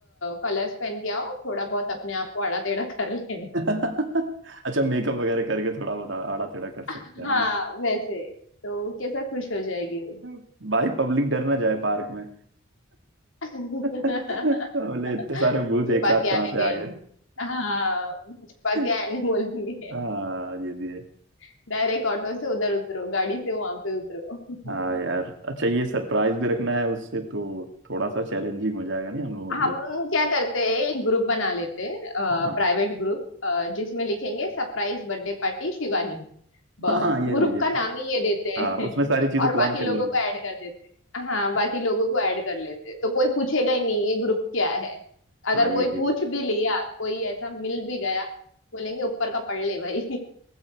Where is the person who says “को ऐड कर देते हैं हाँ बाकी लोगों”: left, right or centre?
Left